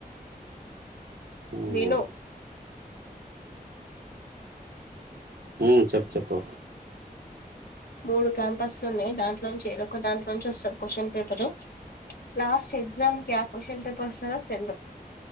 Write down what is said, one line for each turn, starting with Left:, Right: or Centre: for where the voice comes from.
Right: ఉనా
Left: విను
Right: మ్మ్ చెప్పు చెప్పు
Left: మూడు క్యాంపస్లు ఉన్నాయి దాంట్లో నుంచి ఏదో ఒక దాంట్లో నుంచి వస్తాది క్వశ్చన్ పేపరు లాస్ట్ ఎగ్జామ్ కీ యా క్వశ్చన్ పేపర్స్ సొ తెల్దు